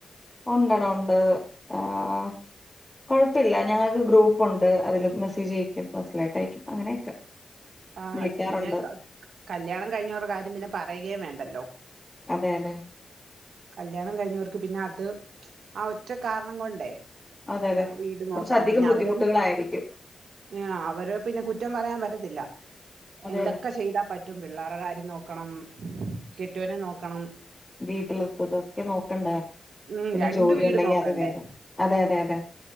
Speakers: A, on the left; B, on the right.
A: ഉണ്ടെടാ ഉണ്ട് ആഹ് കൊഴപ്പല്ല ഞങ്ങൾക്ക് ഗ്രൂപ്പുണ്ട് അതില് മെസ്സേജ് അയക്കും പേഴ്സണലായിട്ട് അയക്കും അങ്ങനെയൊക്കെ
B: ആഹ്
A: വിളിക്കാറുണ്ട്
B: പിന്നെ ക കല്യാണം കഴിഞ്ഞോവര്‌ടെ കാര്യം പിന്നെ പറയുകയും വേണ്ടല്ലോ
A: അതെ അതെ
B: കല്യാണം കയിഞ്ഞോർക്ക് പിന്നെ അത് ആ ഒറ്റ കാരണം കൊണ്ടേ
A: അതെ അതെ
B: ആ വീട്
A: കുറച്ചധികം
B: നോക്കണം പിന്നെ
A: ബുദ്ധിമുട്ടുകളായിരിക്കും
B: അവര് ആ അവരെ പിന്നെ കുറ്റം പറയാൻ പറ്റത്തില്ല
A: അതെ
B: എന്തൊക്കെ
A: അതെ
B: ചെയ്താ പ റ്റും പിള്ളേരെ കാര്യം നോക്കണം കെട്ടോനെ നോക്കണം
A: വീട്ടില്ത്തതൊക്കെ നോക്കണ്ടേ
B: ഉം
A: പിന്നെ
B: രണ്ട്
A: ജോലി
B: വീട്
A: ഉണ്ടെങ്കി
B: നോക്കണ്ടേ
A: അത് വേറെ അതെ അതെ അതെ